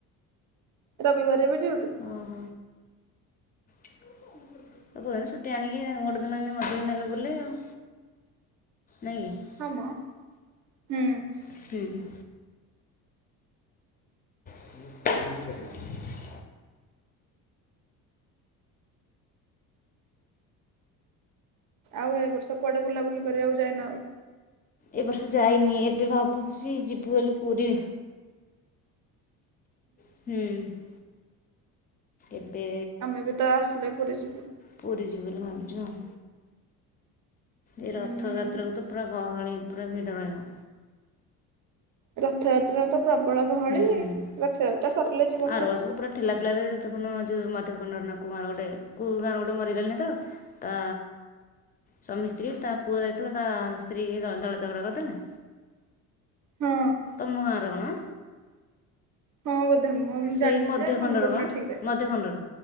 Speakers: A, on the right (about 45°); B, on the left (about 20°).
A: ରବିିବାରେ ବି ଡଉଟି।
B: ଓହ। ତ କୋଉଦିନ ଛୁଟି ଆଣିକି ଅଁ ଗୋଟେ ଦିନ ମଝିରେ ନେବେ ବୁଲେଇ ଆଉ। ନାଇଁ କି?
A: ହଁମ ହୁଁ।
B: ହୁଁ। <unintelligible>
A: ଆଉ ଏ ବର୍ଷ କୁଆଡ଼େ ବୁଲାବୁଲି କରିବାକୁ ଯଇନ ଆଉ?
B: ଏ ବର୍ଷ ଯାଇନି ଏବେ ଭାବୁଛି ଯିବୁ ବୋଲି ପୁରୀ। ହୁଁ। ଏବେ
A: ଆମେ ବି ତ ଆସିଲେ ପୁରୀ ଯିବୁ।
B: ପୁରୀ ଯିବୁ ବୋଲି ଭାବିଛୁ ଆଉ। ଏ ରଥ
A: ହୁଁ।
B: ଯାତ୍ରାକୁୁ ତ ପୁରା ଗହଳି ପୁରା ଭିଡ଼ ରହିବ।
A: ରଥଯାତ୍ରାରେ ତ ପ୍ରବଳ ଗହଳି
B: ହୁଁ
A: ରଥଯାତ୍ରା ସରିଲେ ଜୀବ
B: ଆର
A: ନହେଲେ।
B: ବର୍ଷ ତ ପୁରା ଠେଲା ପେଲା ରେ ଦେଖୁନ ଯୋଉ ମଧ୍ୟ ଖଣ୍ଡନ କୋଉ ଗାଁର ଗୋଟେ କଉ ଗାଁ ରୁ ଗୋଟେ ମରିଗଲେନି ହେତେବେଳୁ। ତା ସ୍ୱାମୀ ସ୍ତ୍ରୀ ତା ପୁଅ ଯାଇଥିଲା ତା ସ୍ତ୍ରୀ ଦଳା ଦଳା ଚକଟା କରିଦେଲେ।
A: ହୁଁ।
B: ତମ ଗାଁ ର କଣ?
A: ହଁ ବୋଧେ ମ ମୁଁ
B: ସେଇ
A: ଜାଣିଛି
B: ମଧ୍ୟ
A: ଯେ ମନେ
B: ଖଣ୍ଡର
A: ପଡୁନି
B: ବା
A: ଠିକରେ।
B: ମଧ୍ୟ ଖଣ୍ଡର